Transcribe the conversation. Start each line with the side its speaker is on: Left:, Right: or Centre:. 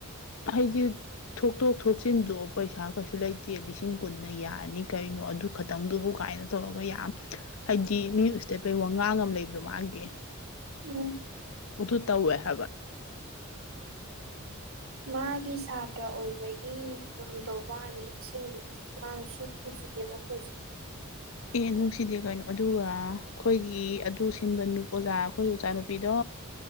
Left: ꯍꯥꯏꯗꯤ ꯊꯣꯛꯇꯣꯛ ꯊꯣꯛꯆꯤꯟꯗꯣ ꯄꯩꯁꯥ ꯀꯩꯁꯨ ꯂꯩꯇꯦ ꯂꯤꯁꯤꯡ ꯀꯨꯟꯅ ꯌꯥꯔꯅꯤ ꯀꯩꯅꯣ ꯑꯗꯨ ꯈꯇꯪꯗꯨꯕꯨ ꯀꯥꯏꯅ ꯇꯧꯔꯒ ꯌꯥꯝ ꯍꯥꯏꯗꯤ ꯃꯤ ꯎꯁꯤꯠꯗꯕꯩ ꯋꯥ ꯉꯥꯡ ꯑꯃ ꯂꯩꯕꯗꯣ ꯃꯥꯒꯤ
Right: ꯎꯝ
Left: ꯑꯗꯨ ꯇꯧꯋꯦ ꯍꯥꯏꯕ
Right: ꯃꯥꯒꯤ ꯁꯥꯇ꯭ꯔꯥ ꯑꯣꯏꯕꯒꯤ ꯗꯨꯝ ꯊꯧꯕꯥ ꯋꯥꯅꯤ ꯑꯁꯤꯡꯕꯗꯤ ꯃꯥꯅꯁꯨ ꯅꯨꯡꯁꯤꯗꯜꯦꯕ ꯑꯈꫭꯏꯁꯨ
Left: ꯑꯦ ꯅꯨꯡꯁꯤꯗꯦ ꯀꯩꯅꯣ ꯑꯗꯨꯒ ꯑꯩꯈꯣꯏꯒꯤ ꯑꯗꯨ ꯁꯤꯟꯕ ꯑꯣꯖꯥ ꯑꯩꯈꯣꯏꯒꯤ ꯑꯣꯖꯥ ꯅꯨꯄꯤꯗꯣ